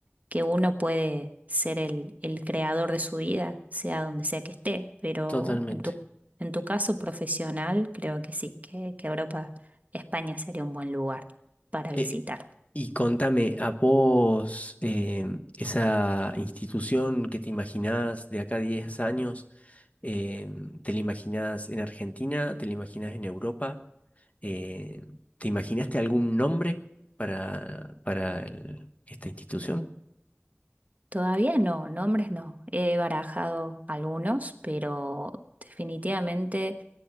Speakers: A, on the right; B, on the left.
A: que uno puede ser el, el creador de su vida, sea donde sea que esté, pero
B: totalmente.
A: en tu, en tu caso profesional, creo que sí, que, que Europa, España sería un buen lugar para
B: Eh,
A: visitar.
B: y contame, ¿a vos em, esa institución que te imaginás de acá a 10 años, em, te la imaginás en Argentina, te la imaginás en Europa? Em, ¿te imaginaste algún nombre para, para el- esta institución?
A: Todavía no, nombres no. He barajado algunos, pero definitivamente